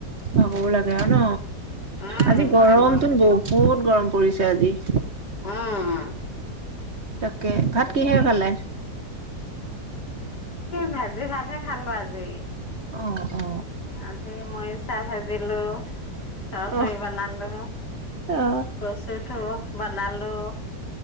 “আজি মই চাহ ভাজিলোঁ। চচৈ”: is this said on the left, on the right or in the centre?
Left